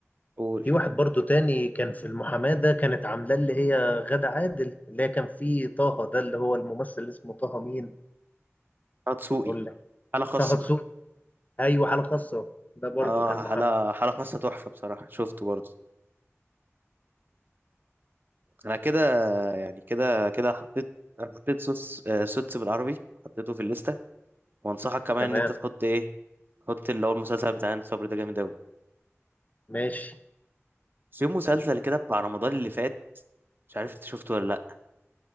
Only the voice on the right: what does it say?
أقول
هتسوقي
حالة خاصة
اه
حالة حالة خاصة تحفة بصراحة شفته برضه أنا كده يعني كده كده حطيت حطيت سوس آه، سوتس بالعربي حطيته في الليستة وأنصحك كمان
إن أنت تحط إيه تحط اللي هو المسلسل بتاع هند صبري ده جامد أوي
في مسلسل كده بتاع رمضان اللي فات مش عارف أنت شفته ولا لأ